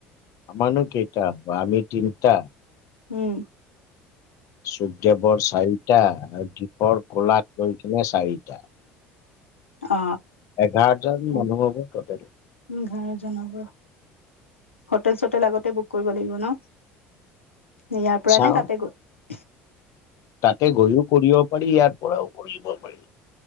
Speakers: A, on the left; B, on the left.
A: আমাৰনো কেইটা হ আমি তিনিটা
B: উম
A: চুকদেৱৰ চাৰিটা আৰু দীপৰ কলাত লৈ কিনে চাৰিটা
B: অ
A: এঘাৰজন
B: উ
A: মানুহ হ'ব টোটেল
B: ঘৰ জনাব হোটেল চোটেল আগতে বুক কৰিব লাগিব ন ইয়াৰ পৰা
A: চাওঁ
B: নে তাতে গৈ
A: তাতে গৈও কৰিব পাৰি ইয়াৰ পৰাও কৰিব পাৰি